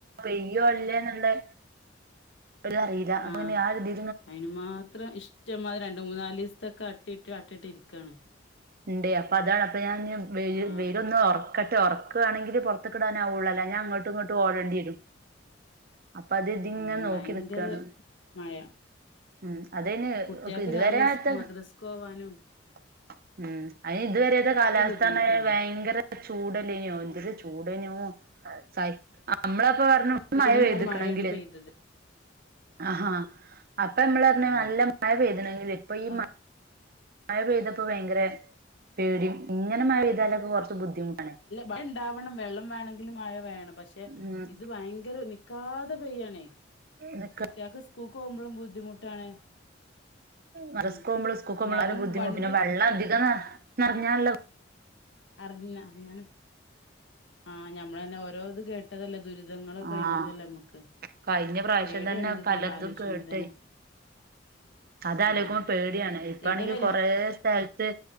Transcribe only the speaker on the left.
ആഹ്
അയിന് മാത്ര ഇഷ്ടംമാതരി രണ്ട് മൂന്നാലിസത്തെ ക്കെ അട്ടിയിട്ട് അട്ടിയിട്ട് ഇരിക്കണ്
ആഹ്
ഉം
ഭയങ്കര
മഴ
കുട്ട്യാക്ക്
രാവിലെ
സ് മദ്രസ്ക്ക് പോവാനും
ഒക്കെ
ബുദ്ധിമുട്ടാണ്
ചുടിനപ്പാട്
മഴയാണ് പെയ്തത്
ആഹ്
അത്
മഴണ്ടാവണം. വെള്ളം വേണങ്കില് മഴ വേണം. പഷേ
ഇത് ഭയങ്കര നിക്കാതെ പെയ്യാണേ.
കുട്ട്യാക്ക് സ്കൂക്കോമ്പളും ബുദ്ധിമുട്ടാണ്.
ഉം
എന്നാലും
വണ്ടി
അർഞ്ഞ അർഞ്ഞാനും ആഹ് ഞമ്മളന്നെ ഓരോ ഇത് കേ ട്ടതല്ലേ ദുരിതങ്ങള്
കഴിഞ്ഞതല്ലേ നമ്മക്ക്.
പേടിയാണ്
അത്
കേ ആലോചിച്ചുമ്പോ
തന്നെ
ആഹ്
ഇതരല്ലേ